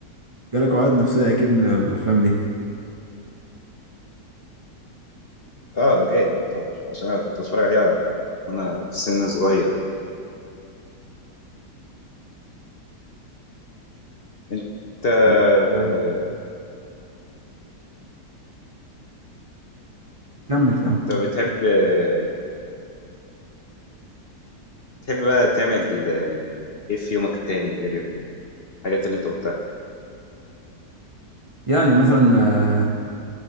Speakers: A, on the right (about 35°); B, on the left (about 45°).
A: جالك عقد نفسية أكيد من الأفلام دي
B: اه جالي يعتبر عشان انا كنت بتفرج عليها وانا في سن صغير انت آه،
A: و- و- كمل كمل
B: انت بتحب آه، بتحب بقى تعمل آه، ايه في يومك التاني غير الحاجات اللي انت قلتها
A: يعني مثلا آه،